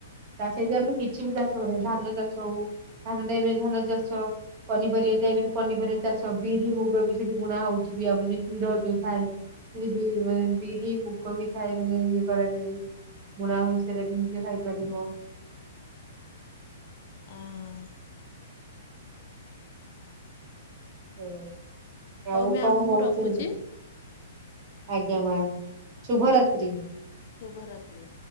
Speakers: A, on the right (about 40°); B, on the left (about 55°).
A: ତା ସେଇଠି ଆମେ କିଛି ବି ଚାଷ କରିବା। ଧାନ ଚାଷ ହଉ ଧାନ ଟାଇମରେ ଧାନ ଚାଷ, ପନିପରିବା ଟାଇମରେ ପନିପରିବା ଚାଷ। ବିରି ମୁଗ ବି ସେଠି ବୁଣା ହଉଛି ବି ଆର ଯ ହିଡ଼ ଯୋଉ ଥାଏ। ଯଦି ବି ମାନେ ବିରି ମୁଗ ବି ଥାଏ ମାନେ ଇଏ କରାଯାଏ। ବୁଣା ହୁଏ ସେରା ବି ନିଜେ ଖାଇପାରିବ।
B: ଆ ହ।
A: ହୁଁ
B: ହଉ
A: ଆଉ
B: ମ୍ୟାମ୍
A: କଣ କହୁଛନ୍ତି?
B: ମୁଁ ରଖୁଛି
A: ଆଜ୍ଞା ମାଡ଼ାମ ଶୁଭରାତ୍ରି।
B: ଶୁଭରାତ୍ରି।